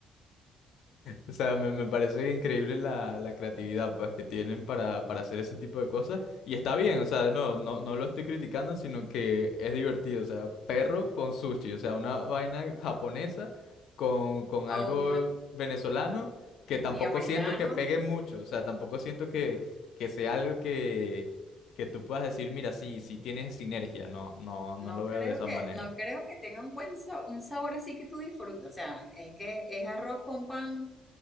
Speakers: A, on the left; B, in the centre.
A: O sea, me, me parece increíble la, la creatividad pues, que tienen para, para hacer ese tipo de cosas. Y está bien, o sea, no, no, no lo estoy criticando, sino que es divertido. O sea, perro con sushi, o sea, una vaina japonesa con, con
B: Con
A: algo venezolano que tampoco
B: y americano,
A: siento que pegue mucho. O sea, tampoco siento que, que sea algo que, que tú puedas decir, mira, sí, sí tienes sinergia. No, no, no
B: no
A: lo veo
B: creo
A: de esa
B: que,
A: manera.
B: no creo que tenga un buen sa- un sabor así que tú disfrutes. O sea, es que es arroz con pan